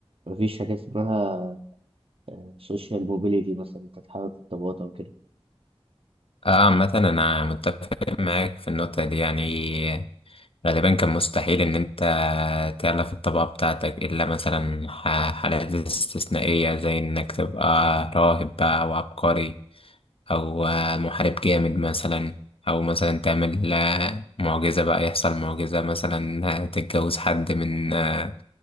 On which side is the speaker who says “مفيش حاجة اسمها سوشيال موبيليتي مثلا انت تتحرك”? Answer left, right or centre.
Right